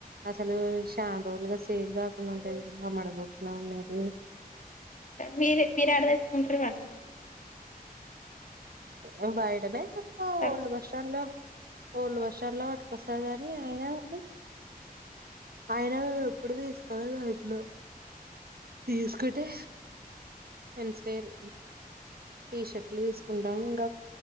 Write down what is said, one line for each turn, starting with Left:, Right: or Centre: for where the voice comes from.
Right: అసలు శాంత రోజులుగా సేడ్ కాకుండా ఉంటాయి ఆమ్మడ పోకుండా ఉండది
Left: మీరు మీరు ఆడ తెచ్చుకుంటారు ఇవీ
Right: ఏ బైడనే ఓల్డ్
Left: సరుకులు
Right: బస్ స్టాలో ఓళ వర్షన్లా పట్టుకొస్తారు గానీ అయనా కానీ ఆయన మే ఎప్పుడు తీసుకెల దానింట్లో తీసుకుటే ఇన్స్పైర్ టీషర్ట్లు తీసుకుంటాం ఇంకా